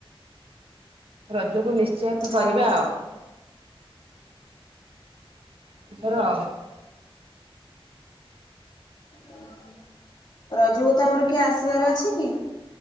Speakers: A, on the right (about 70°); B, on the left (about 45°).
A: ରଜକୁ ନିଶ୍ଚୟ
B: ହଁ
A: କରିବା ଆଉ। ଏଇଥର
B: ଉ ରଜକୁ ତମର କିଏ ଆସିବାର ଅଛି କି।